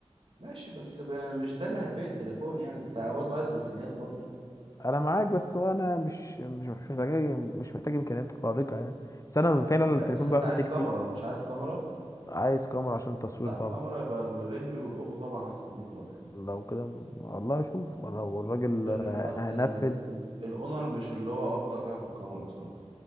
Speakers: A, on the right (about 55°); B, on the left (about 30°).
A: ماشي بس ب... مش ده اللي هتبيع التليفون يعني انت برضه عايز امكانيات برضه
B: انا معاك بس هو انا مش مش مش محتاج مش محتاج امكانيات خارقه يعني بس انا فعلا
A: انت
B: التليفون
A: بس انت
B: بقى
A: عايز
B: مني كتير
A: كاميرا مش عايز كاميرا
B: عايز كاميرا عشان التصوير
A: لا
B: طبعا
A: كاميرا يبقى الريلمي والاوبو طبعا احسن 100 مره
B: لو كده م- والله اشوف وانا والراجل
A: الرينو... ال...
B: هنفذ
A: ال... الاونر مش اللي هو افضل حاجه في الكاميرا بصراحه